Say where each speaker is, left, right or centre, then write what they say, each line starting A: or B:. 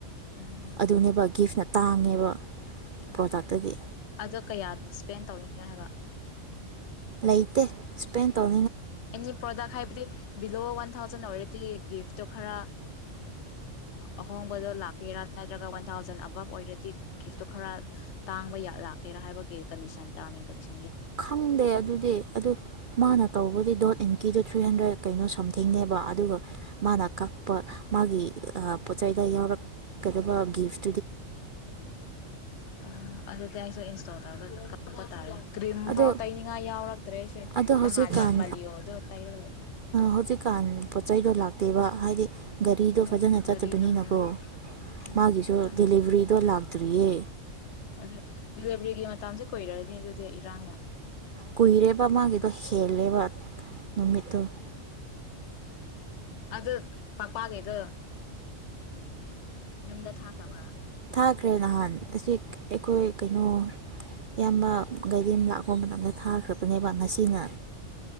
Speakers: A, on the left (about 65°); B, on the right (about 50°).
A: ꯎꯝ
B: ꯑꯗꯨꯅꯦꯕ ꯒꯤꯐ ꯅ ꯇꯥꯡꯉꯦꯕ
A: ꯑꯣ
B: ꯄ꯭ꯔꯣꯗꯛꯇꯒꯤ
A: ꯑꯗꯣ ꯀꯌꯥ ꯏꯁꯄꯦꯟ ꯇꯧꯅꯤꯡꯉꯥꯏ ꯍꯥꯏꯕ
B: ꯂꯩꯇꯦ ꯁ꯭ꯄꯦꯟ ꯇꯧ
A: ꯑꯦꯅꯤ ꯄ꯭ꯔꯣꯗꯛ ꯍꯥꯏꯕꯗꯤ ꯕꯤꯂꯣ ꯋꯥ ꯋꯥ ꯊꯥꯎꯖꯟ ꯑꯣꯏꯔꯗꯤ ꯒꯤꯐꯇꯣ ꯈꯔ ꯑꯍꯣꯡꯕꯗꯣ ꯂꯥꯛꯀꯦꯔꯥ ꯅꯠꯇ꯭ꯔꯒ ꯋꯥꯟ ꯊꯥꯎꯖꯟ ꯑꯣꯏꯔꯗꯤ ꯒꯤꯐꯇꯣ ꯈꯔ ꯇꯥꯡꯕ ꯂꯥꯛꯀꯦꯔꯥ ꯍꯥꯏꯕꯒꯤ ꯀꯟꯗꯤꯁꯟ ꯇꯔꯥꯝ ꯀꯁ
B: ꯈꯪꯗꯦ ꯑꯗꯨꯗꯤ ꯑꯗꯨ ꯃꯥꯅ ꯇꯧꯕꯗꯤ ꯗꯣ ꯏꯟꯀꯤꯗꯣ ꯊ꯭ꯔꯤ ꯍꯟꯗ꯭ꯔꯦꯠ ꯀꯩꯅꯣ ꯁꯝ ꯊꯦꯡꯅꯦꯕ ꯑꯗꯨꯒ ꯃꯥꯅ ꯀꯛꯄ ꯃꯥꯒꯤ ꯄꯣꯠ ꯆꯩꯗ ꯌꯥꯎꯔꯛꯀꯗꯕ ꯒꯤꯐ
A: ꯑꯣ ꯑꯗꯨꯗ ꯑꯩꯁꯨ ꯆꯥꯎ ꯇꯥꯔꯒ ꯀꯥꯛꯄ ꯇꯥꯔꯦ꯫ ꯀ꯭ꯔꯤꯝ
B: ꯑꯗꯣ
A: ꯐꯥꯎ ꯇꯩꯅꯤꯡꯉꯥꯏ ꯌꯥꯎꯔꯛꯇ꯭ꯔꯦ ꯑꯩꯁꯦ
B: ꯑꯗꯣ ꯍꯧꯖꯤꯛꯀꯥꯟ
A: ꯅꯍꯥꯟ ꯃꯜꯂꯤꯌꯣ ꯑꯗꯨ ꯇꯩꯔꯒꯥ ꯂꯩꯕꯅꯤ꯫
B: ꯍꯧꯖꯤꯛꯀꯥꯟ ꯄꯣꯠ ꯆꯩꯗꯣ ꯂꯥꯛꯇꯦꯕ ꯍꯥꯏꯗꯤ ꯒꯥꯔꯤꯗꯣ
A: ꯑꯣ
B: ꯐꯖꯅ ꯆꯠꯇꯕꯅꯤꯅꯀꯣ
A: ꯒꯥꯔꯤꯗꯣ ꯎꯝ ꯎꯝ
B: ꯃꯥꯒꯤꯁꯨ
A: ꯑꯗꯨ
B: ꯗꯦꯂꯤꯕꯔꯤꯗꯣ ꯂꯥꯛ ꯇꯔꯤꯌꯦ
A: ꯑꯗꯨ ꯗꯤꯂꯤꯚꯔꯤꯒꯤ ꯃꯇꯥꯡꯁꯦ ꯀꯨꯏꯔꯅꯤ ꯑꯗꯨꯗꯤ ꯏꯔꯥꯡꯅ꯫
B: ꯀꯨꯏꯔꯦꯕ ꯃꯥꯒꯤꯗꯣ ꯍꯦꯜꯂꯦꯕ ꯅꯨꯃꯤꯠꯇꯨ ꯫
A: ꯑꯗ ꯄꯥꯒꯦꯗꯣ ꯌꯨꯝꯗ ꯊꯥꯈ꯭ꯔꯕ꯭ꯔꯥ?
B: ꯊꯈꯔ꯭ꯦ ꯅꯍꯥꯟ ꯑꯁꯤ ꯑꯩꯈꯣꯏ ꯀꯩꯅꯣ ꯏꯌꯥꯝꯕ ꯒꯥꯔꯤ ꯑꯃ ꯂꯥꯛꯄ ꯃꯇꯝꯅꯗ ꯊꯥꯈ꯭ꯔꯕꯅꯦꯕ ꯉꯁꯤꯅ